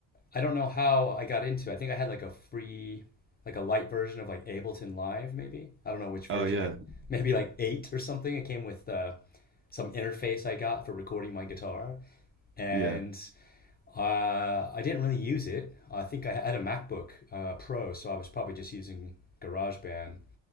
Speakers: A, on the left; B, on the right.
A: I don't know how I got into. it. I think I had like a free, like a light version of like Ableton Live, maybe. I don't know which version,
B: Oh yeah,
A: like maybe like eight or something. It came with uh, some interface I got for recording my guitar, and
B: yeah.
A: uh, I didn't really use it. I think I had a MacBook uh, Pro, so I was probably just using GarageBand.